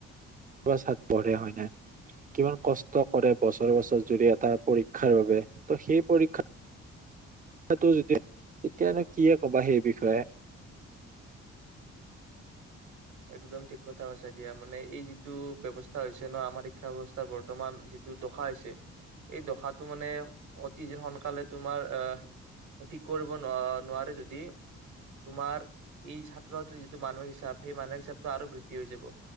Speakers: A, on the right; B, on the right.
A: ছাত্ৰ পঢ়ে হয় নে। কিমান কষ্ট কৰে বছৰ বছৰ জুৰি এটা পৰীক্ষাৰ বাবে ত' সেই পৰীক্ষা পৰীক্ষাটো যেতিয়া এতিয়ানো কিয়ে ক'বা সেই বিষয়ে।
B: একদম ঠিক কথা কৈছা দিয়া মানে এই যিটো ব্যৱস্থা হৈছে ন আমাৰ শিক্ষা ব্যৱস্থাৰ বৰ্তমান যি যিটো দশা হৈছে এই দশাটো মানে অতিজে সোনকালে তোমাৰ আহ ঠিক কৰিব নোৱাৰ নোৱাৰে যদি তোমাৰ এই ছাত্ৰ ছাত্ৰীৰ যিটো মানসিক চাপ সেই মানসিক হিচাপটো আৰু বৃদ্ধি হৈ যাব।